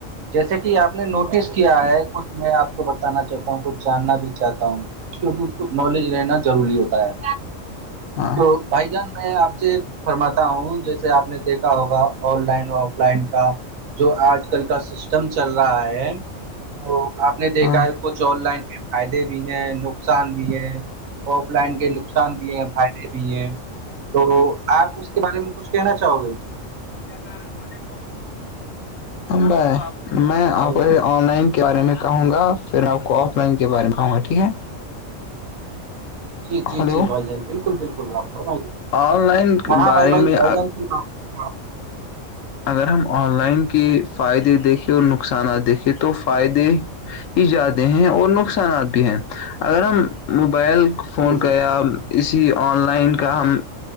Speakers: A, on the right; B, on the left.
A: جیسے کہ آپ نے نوٹس کیا ہے کچھ میں آپ کو بتانا چاہتا ہوں کچھ جاننا بھی چاہتا ہوں کیونکہ کچھ نالج رہنا ضروری ہوتا ہے
B: ہاں
A: تو بھائی جان میں آپ سے فرماتا ہوں جیسے آپ نے دیکھا ہوگا آن لائن آف لائن کا جو آج کل کا سسٹم چل رہا ہے وہ آپ نے دیکھا
B: ہاں
A: ہے کچھ آن لائن فائدے بھی ہیں نقصان بھی ہے آف لائن کے نقصان بھی ہیں فائدے بھی ہے تو آپ اس کے بارے میں کچھ کہنا چاہو گے
B: <inaudible> بھائی میں
A: بھائی
B: آپ
A: جان
B: آن لائن کے بارے میں کہوں گا پھر میں آپ کو آف لائن کے بارے میں کہوں گا ٹھیک ہے
A: جی جی
B: ہلو
A: جی بھائی جان بالکل بالکل آپ فرمائیے
B: آن لائن
A: ہاں
B: کے
A: ہاں
B: بارے
A: بھائی بھائی
B: میں
A: بھائی جان <unintelligible>
B: اگر ہم آن لائن کے فائدے دیکھیں اور نقصانات دیکھیں تو فائدے ہی زیادہ ہیں اور نقصانات بھی ہیں اگر ہم موبائل فون
A: جی جی
B: کا یا کسی آن لائن کا ہم